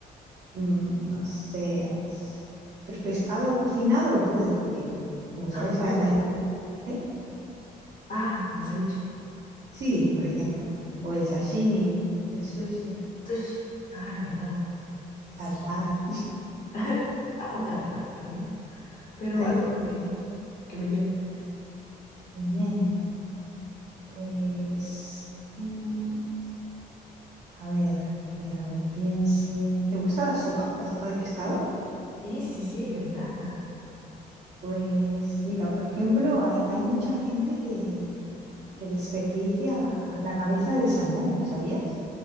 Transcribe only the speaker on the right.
mm, no sé, as- pero pescado cocinado o crudo, porque como sabes,
ha- hay... ¿Eh?
Sí, por ejemplo. O el sashimi, el sushi,
tartar,
hay
viene. Pues... mm, A ver, que déjame que piense. ¿Te gusta la sopa? ¿La sopa de pescado?
Pues mira, por ejemplo, hay, hay mucha gente que, que desperdicia la, la cabeza del salmón, ¿sabías?